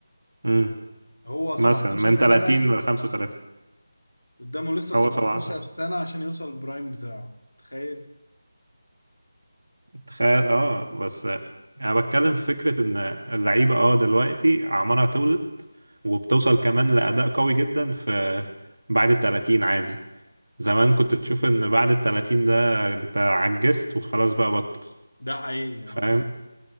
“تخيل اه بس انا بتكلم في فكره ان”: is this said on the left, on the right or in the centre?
Right